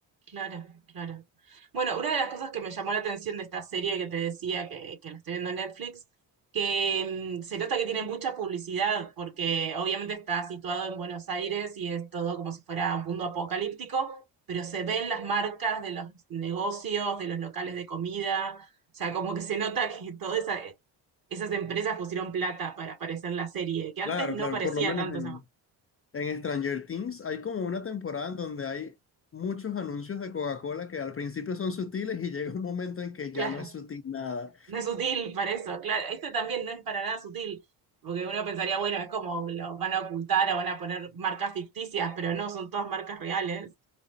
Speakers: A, on the right (about 45°); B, on the left (about 30°).
A: Claro, claro. Bueno, una de las cosas que me llamó la atención de esta serie que te decía que, que la estoy viendo en Netflix, que mm, se nota que tiene mucha publicidad, porque obviamente está situado en Buenos Aires y es todo como si fuera un mundo apocalíptico, pero se ven las marcas de los negocios, de los locales de comida, o sea, como que se nota que todas esa- esas empresas pusieron plata para aparecer en la serie, que antes
B: Claro,
A: no
B: claro,
A: parecía
B: por lo menos
A: tanto
B: en,
A: esa...
B: En Stranger Things hay como una temporada en donde hay muchos anuncios de Coca-Cola que al principio son sutiles y <laughs> llega un momento en que
A: Claro,
B: ya no es sutil nada.
A: No es sutil para eso, claro. Este también no es para nada sutil, porque uno pensaría, bueno, es como lo van a ocultar o van a poner marcas ficticias, pero no, son todas marcas reales.